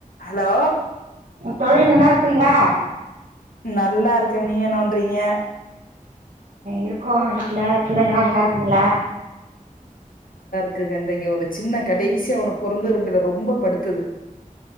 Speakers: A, on the left; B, on the right.
A: Hello
B: தோழி நல்லா இருக்கறீங்ளா
A: நல்லா இருக்கே நீங்க என்னபண்றீங்க
B: இருக்கோ வீட்டு்ல பிள்ளைங்களா நல்லா இருக்குங்களா
A: க்குங்க இந்த இங்க ஒன்னு சின்ன கடைசியா ஒன்னு பொறந்ததுங்களே ரொம்ப படுத்துது